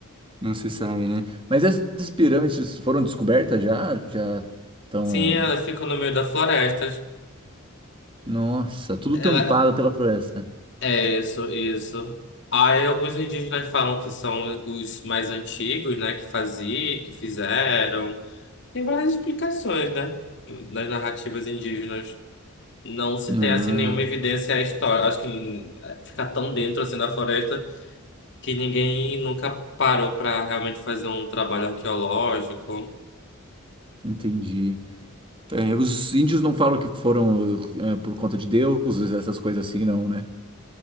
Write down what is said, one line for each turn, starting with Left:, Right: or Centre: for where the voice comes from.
Right: Não se sabe, né? Mas essas pirâmides foram descobertas já? Já estão.
Left: Sim, elas ficam no meio da floresta.
Right: Nossa, tudo
Left: Ela,
Right: tampado pela floresta.
Left: é isso, isso. Aí alguns indígenas falam que são os mais antigos, né? Que faziam, que fizeram. Tem várias explicações, né? Nas narrativas indígenas não se
Right: Ah,
Left: tem assim nenhuma evidência histórica. Acho que eh, fica tão dentro assim da floresta que ninguém nunca parou para realmente fazer um trabalho arqueológico.
Right: entendi. É, os índios não falam que foram é, por conta de deuses, essas coisas assim, não, né?